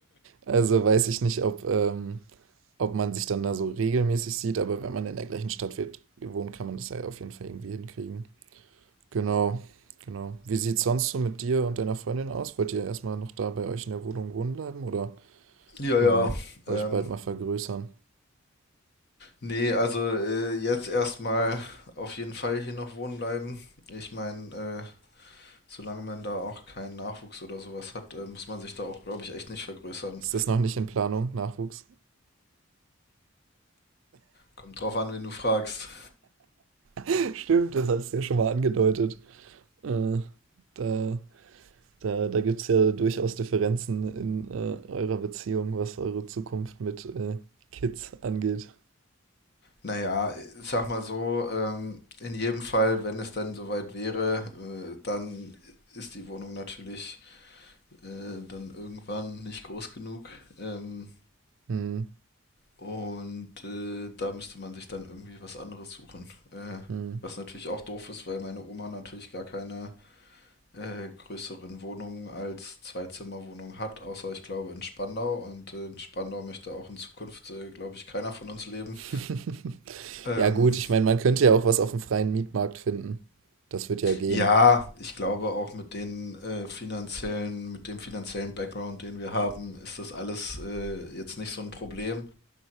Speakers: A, on the right (about 70°); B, on the left (about 50°).
A: also weiß ich nicht, ob, ähm, ob man sich dann da so regelmäßig sieht, aber wenn man in der gleichen Stadt wird, wohnt, kann man das ja auf jeden Fall irgendwie hinkriegen. Genau, genau. Wie sieht es sonst so mit dir und deiner Freundin aus? Wollt ihr erstmal noch da bei euch in der Wohnung wohnen bleiben oder
B: Ja,
A: ähm,
B: ja.
A: euch
B: Ähm,
A: bald mal vergrößern?
B: nee, also äh, jetzt erstmal auf jeden Fall hier noch wohnen bleiben. Ich meine, äh, Solange man da auch keinen Nachwuchs oder sowas hat, äh, muss man sich da auch, glaube ich, echt nicht vergrößern.
A: Ist das noch nicht in Planung, Nachwuchs?
B: Kommt drauf an, wen du fragst.
A: <laughs> Stimmt, das hast du ja schon mal angedeutet. Äh, da Da, da gibt es ja durchaus Differenzen in äh, eurer Beziehung, was eure Zukunft mit äh, Kids angeht.
B: Naja, ich sag mal so, ähm, in jedem Fall, wenn es dann soweit wäre, äh, dann ist die Wohnung natürlich äh, dann irgendwann nicht groß genug. Ähm,
A: Hm,
B: und äh, da müsste man sich dann irgendwie was anderes suchen. Äh,
A: hm.
B: was natürlich auch doof ist, weil meine Oma natürlich gar keine äh, größeren Wohnungen als Zwei-Zimmer-Wohnung hat, außer ich glaube in Spandau. Und äh, in Spandau möchte auch in Zukunft, äh, glaube ich, keiner von uns leben.
A: <laughs>
B: Ähm,
A: Ja gut, ich meine, man könnte ja auch was auf dem freien Mietmarkt finden. Das wird ja gehen.
B: ja, ich glaube auch mit den äh, finanziellen, mit dem finanziellen Background, den wir haben, ist das alles äh, jetzt nicht so ein Problem.